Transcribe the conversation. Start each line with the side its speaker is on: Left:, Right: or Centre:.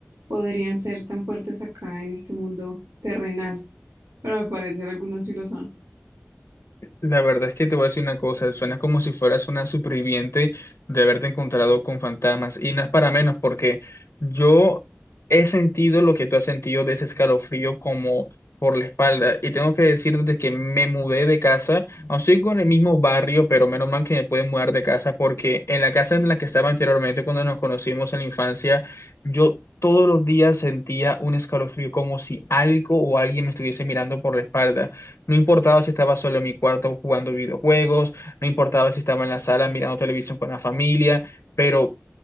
Right: podrían ser tan fuertes acá en este mundo terrenal, pero al parecer algunos sí lo son.
Left: La verdad es que te voy a decir una cosa, suena como si fueras una superviviente de haberte encontrado con fantasmas y no es para menos porque yo he sentido lo que tú has sentido de ese escalofrío como por la espalda y tengo que decir desde que me mudé de casa, aún sigo en el mismo barrio, pero menos mal que me pude mudar de casa porque en la casa en la que estaba anteriormente cuando nos conocimos en la infancia, yo todos los días sentía un escalofrío como si algo o alguien me estuviese mirando por la espalda. No importaba si estaba solo en mi cuarto jugando videojuegos, no importaba si estaba en la sala mirando televisión con la familia, pero